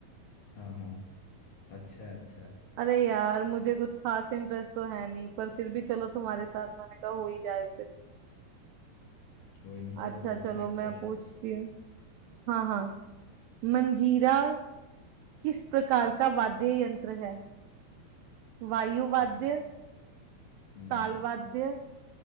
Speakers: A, on the left (about 60°); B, on the right (about 80°).
A: हाँ हाँ अच्छा है अच्छा है
B: अरे यार मुझे कुछ खास इंटरेस्ट तो है नहीं पर फिर भी चलो तुम्हारे साथ मैंने कहा हो ही जाए फिर
A: कोई नहीं चलो
B: अच्छा
A: पूछो
B: चलो
A: नेक्स्ट
B: मैं
A: क्वेश्चन
B: पूछती
A: आप
B: हूँ हाँ हाँ मंजीरा किस प्रकार का वाद्य यंत्र है वायु
A: ठीक
B: वाद्य
A: है हम्म
B: ताल वाद्य